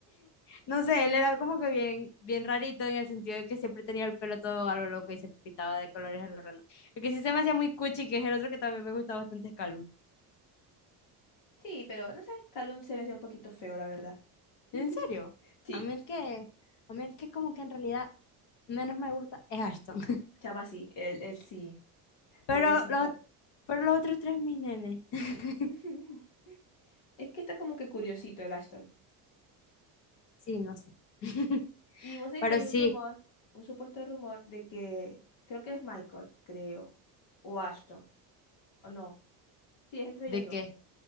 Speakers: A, on the left; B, on the left.
A: No sé, él era como que bien, bien rarito en el sentido de que siempre tenía el pelo todo a lo loco y se pintaba de colores a lo random. El que sí se me hacía muy cuchi, que es el otro que también me gusta bastante, es Calum.
B: Sí, pero no sé, Calum se me hacía un poquito feo, la verdad. <laughs>
A: ¿En serio?
B: Sí,
A: A mí el que, a mí el que como que en realidad menos me gusta es Ashton. <laughs>
B: chama sí, él, él sí. Pobrecito.
A: Pero los, pero los otros tres, mis nenes. <laughs>
B: <laughs> Es que está como que curiosito el Ashton.
A: Sí, no sé. <laughs>
B: Y vos sabés
A: Pero
B: que hay
A: sí,
B: un rumor, un supuesto rumor de que creo que es Michael, creo, o Ashton, o no. Sí, es entre
A: ¿de
B: ellos dos,
A: qué?